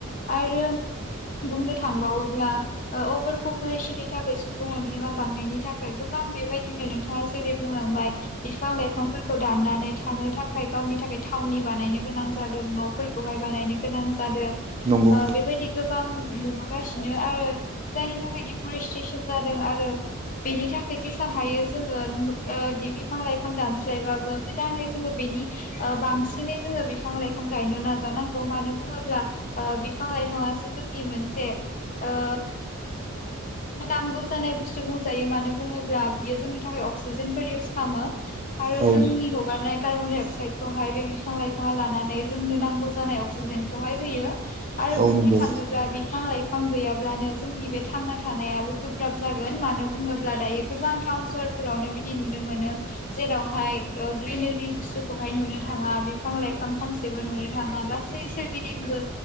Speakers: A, on the left; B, on the right.
A: आरो बुंनो थांबावोब्ला ओ अबार खुख बैसोरनि थाखाय सुबुं अनजिमा बांनायनि थाखाय गोबां बेबायदिनो नोंथाङा जेरै बुंलांबाय बिफां लाइफांफोरखौ दाननानै थानो थाखाय गावनि थाखाय थावनि बानायनो गोनां जादों, न'फोरखौहाय बानायनो गोनां जादों। ओ
B: नंगौ
A: बे बायदिखौ गोबां नुबोगासिनो आरो जायनि थाखाय दि परिस्टेसन जादों आरो बेनि थाखाय जेसां हायो जोङो ओ दि बिफां लाइफां दानस्लायबाबो गोदानै जोङो बेनि ओ बांसिनै जोङो बिफां लाइफां गायनो नाजानांगौ मानो बुङोब्ला ओ बिफां लाइफाङासो जोंनि मोनसे ओ नांगौ जानाय बुस्थु बुंजायो। मानो बुङोब्ला बियो जोंनि थाखाय अक्सिजेन फोर इउस खामो। आरो
B: औ
A: जोंनि हगारनाय कार्बन डाइ अक्साइदखौहाय बे बिफां लाइफाङा लानानै जोंनो नांगौ जानाय अक्सिजेनखौहाय होयो। आरो
B: औ
A: बुंनो
B: नंगौ
A: थाङोब्ला बिफां लाइ फां गैयाब्लानो जोंनि बे थांना थानायाबो गोब्राब जागोन। मानो बुङोब्ला दायो गोबां टाउन सहरफोरावनो बिदि नुनो मोनो जेरावहाय ओ ग्रिनेरि बुस्तुखौहाय नुनो थाङा बिफां लाइफां फांसेबो नुनो थाङा। गासै सोरगिदिंबो